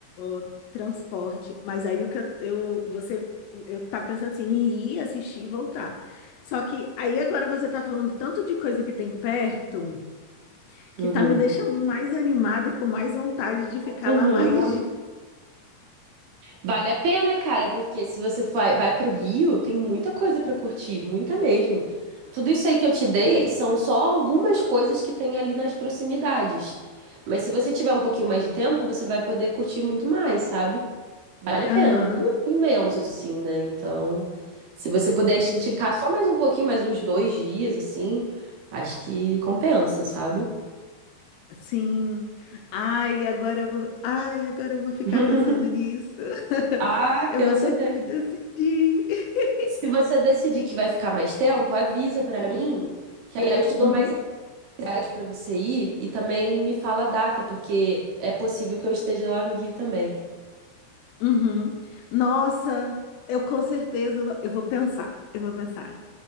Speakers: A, on the left; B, on the right.
A: o transporte. Mas aí o que eu, eu- você eu tava pensando assim, em ir assistir e voltar. Só que aí agora você tá falando tanto de coisa que tem perto
B: Uhum.
A: que tá me deixando mais animada e com mais vontade de ficar
B: Uhum.
A: lá mais dias.
B: Vale a pena, cara, porque se você vai, vai pro Rio, tem muita coisa pra curtir, muita mesmo. Tudo isso aí que eu te dei são só algumas coisas que tem ali nas proximidades. Mas se você tiver um pouquinho mais de tempo, você vai poder curtir muito mais, sabe? Vale a
A: Aham,
B: pena. O Rio é imenso, assim, né? Então, se você puder esticar
A: sim.
B: só mais um pouquinho, mais uns dois dias, assim, acho que compensa, sabe?
A: Sim. Ai, agora eu, ai, agora eu vou ficar
B: <laughs>
A: pensando nisso. <laughs>
B: Ah,
A: Eu
B: pensa
A: vou ter que
B: bem.
A: me decidir. <laughs>
B: Se você decidir que vai ficar mais tempo, avisa pra mim, que aí eu te dou
A: Uhum,
B: mais idade pra você ir e também me fala a data, porque é possível que eu esteja lá no Rio também.
A: uhum. Nossa, eu com certeza vou- eu vou pensar. Eu vou pensar.